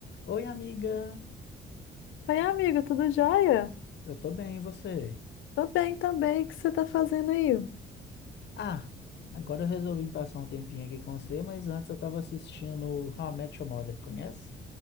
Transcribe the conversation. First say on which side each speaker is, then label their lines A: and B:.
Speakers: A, on the left; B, on the left.
A: Oi, amiga.
B: Oi, amiga, tudo jóia?
A: Eu tô bem, e você?
B: Tô bem também, o que você tá fazendo aí?
A: Ah, agora eu resolvi passar um tempinho aqui com você, mas antes eu tava assistindo How I Met Your Mother, conhece?